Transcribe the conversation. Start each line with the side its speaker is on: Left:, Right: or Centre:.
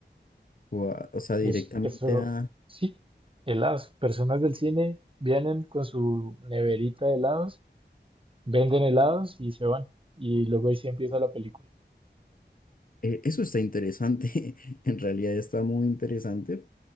Left: gua- O sea, directamente
Right: Es, eso
Left: a...
Right: sí, helados. Personas del cine vienen con su neverita de helados, venden helados y se van. Y luego ahí sí empieza la película.
Left: eh, eso está interesante, <laughs> en realidad está muy interesante,